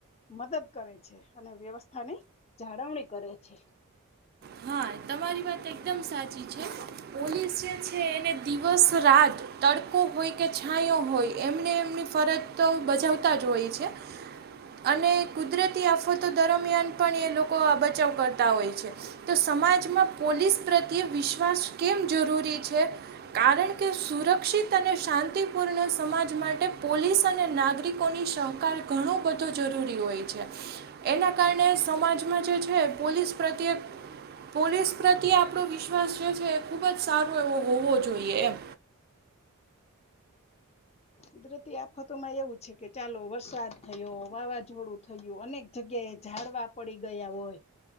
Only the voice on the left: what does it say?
મદદ. કરે છે. અને વ્યવસ્થાની જાળવણી કરે છે.
કુદરતી આફતોમાં એવું છે કે, ચાલો વરસાદ થયો, વાવાઝોડું થયું અનેક જગ્યાએ ઝાડવા પડી ગયા હોય,